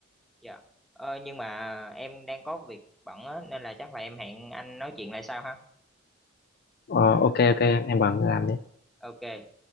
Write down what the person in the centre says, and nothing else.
dạ ờ, nhưng mà em đang có việc bận á nên là chắc là em hẹn anh nói chuyện lại sau ha
ok